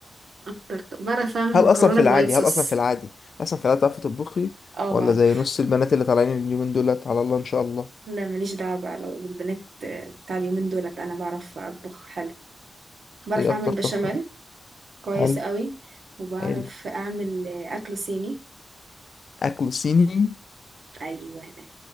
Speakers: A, on the right; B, on the left.
A: اكتر ط- بعرف اعمل
B: هل
A: مكرونه
B: اصلا في
A: بالوايت
B: العادي
A: صوص
B: هل اصلا في العادي اصلا في العادي بتعرفي تطبخي
A: اه
B: ولا
A: بعرف
B: زي نص البنات اللي طالعين اليومين دولت على الله ان شاء الله
A: لا ماليش دعوة بقى بالبنات بتاع اليومين دولت انا بعرف اطبخ حلو بعرف
B: ايه اكتر
A: اعمل
B: طبخة
A: بشاميل
B: بت-
A: كويس
B: حلو
A: قوي وبعرف
B: حلو
A: اعمل آه، اكل صيني
B: اكل صيني
A: ايوه انا